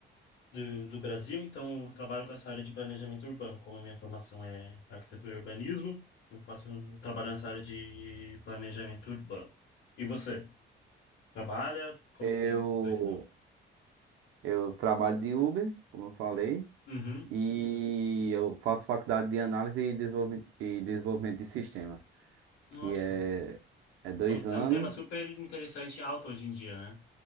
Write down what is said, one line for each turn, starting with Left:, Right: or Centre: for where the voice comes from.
Left: do, do Brasil, então eu trabalho com essa área de planejamento urbano, como a minha formação é arquitetura e urbanismo, eu faço eu trabalho nessa área de planejamento urbano. E você, trabalha? Como
Right: Eu
Left: que tem sido o teu estudo?
Right: eu trabalho de Uber, como eu falei,
Left: Uhum.
Right: e eu faço faculdade de análise e desenvolve- e desenvolvimento de sistema,
Left: Nossa,
Right: que é, é dois
Left: é um,
Right: anos.
Left: é um tema super interessante e alto hoje em dia, né?